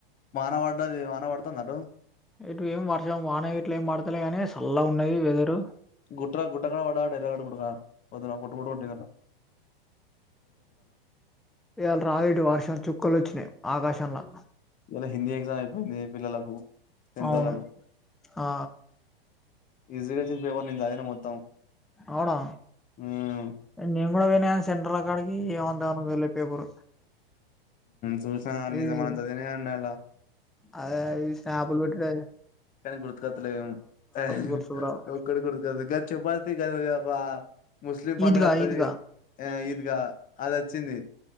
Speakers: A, on the left; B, in the centre.
A: వాన పడ్డది వాన పడుతుందా అటు
B: ఇటు ఏం వర్షం వాన ఇట్లా ఏం పడతలే గాని సల్ల ఉన్నయి వెదరు
A: గుట్ట్ర గుట్టగాడ పడ్డాడా ఎరగుట్ట కాడ పొద్దునపూట ఒంటి గంట
B: ఈయాలరాయడు వర్షం చుక్కలు వచ్చినాయి ఆకాశంలో.
A: ఇవ్వాల హిందీ ఎగ్జామ్ అయిపోయింది పిల్లలకు టెన్తోళ్లకు.
B: అవును ఆ
A: ఈజీగా వచ్చింది పేపర్ నేను చదివినా మొత్తం.
B: అవునా?
A: మ్మ్
B: నేను కూడా పోయిన సెంట్రల్ కాడికి ఏమందానా వెళ్లే పేపరు.
A: చూసినా నిజమాని
B: ఈ
A: చదివినా ఇవ్వాల
B: అదే ఈ స్నాపులు పెట్టడం అయింది.
A: కానీ గుర్తుకొత్తలేవేమ్ యః హి
B: గుర్తుకు రావు
A: ఒక్కటి గుర్తుకువత్తా గది చెప్పా <unintelligible> ఒక ముస్లిం పండుగ
B: ఈద్గా
A: వస్తాది.
B: ఈద్గా
A: ఈద్గా అది వచ్చింది.